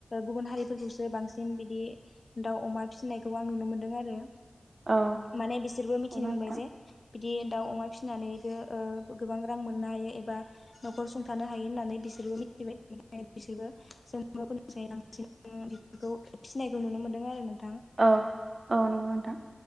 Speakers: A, on the left (about 60°); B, on the right (about 55°).
A: गुबुन हारिफोरखौसो बांसिन बि बिदि दाउ, अमा फिसिनायखौ आं नुनो मोन्दों आरो
B: औ
A: माने बिसोरबो मिथिनो
B: नंगौ
A: मोनबाय
B: नोंथां
A: जे बिदि दाउ, अमा फिसिनानैबो ओ गोबां रां मोननो हायो एबा न'खर सुंथानो हायो होननानै बिसोरबो मिथिबाय बिसोरबो जों बर' फोरनिफ्राय बांसिन बेफोरखौ फिसिनायखौ नुनो मोनदों आरो नों
B: औ - औ नंगौ नोंथां।